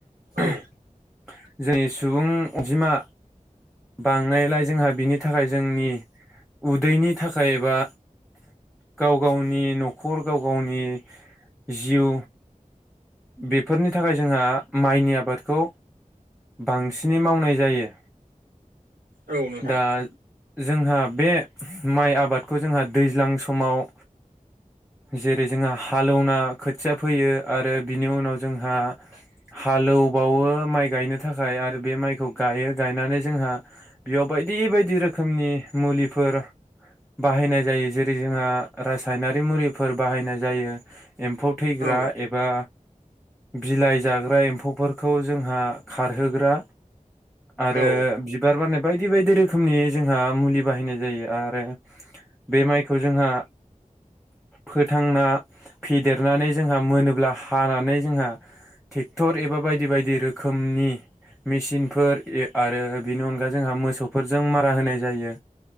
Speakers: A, in the centre; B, on the right.
A: <unintelligible>
B: औ
A: जोंनि सुबुं अजिमा बांनायलाय जोंहा बिनि थाखाय जोंनि उदैनि थाखाय एबा गाव गावनि न'खर गाव गावनि जिउ बेफोरनि थाखाय जोंहा माइनि आबादखौ बांसिनै मावनाय जायो।
B: औ नोंथां।
A: दा जोंहा बे माइ आबादखौ जोंहा दैज्लां समाव जेरै जोंहा हालौना खोथिया फोयो आरो बिनि उनाव जोंहा हालौबावो माइ गायनो थाखाय आरो बे माइखौ गायो गायनानै जोंहा बेयाव बायदि बायदि रोखोमनि मुलिफोर बाहायनाय जायो। जेरै जोंहा रासायनारि मुलिफोर बाहायनाय जायो। एम्फौ थैग्रा
B: औ
A: एबा बिलाइ जाग्रा एम्फौफोरखौ जोंहा खारहोग्रा आरो
B: औ
A: बिबार बानाय बायदि बायदि रोखोमनि जोंहा मुलि बाहायनाय जायो आरो बे माइखौ जोंहा फोथांना फेदेरनानै जोंहा मोनोब्ला हानानै जोंहा टेक्टर एबा बायदि बायदि रोखोमनि मेसिनफोर आरो बेनि अनगा जोंहा मोसौफोरजों मारा होनाय जायो।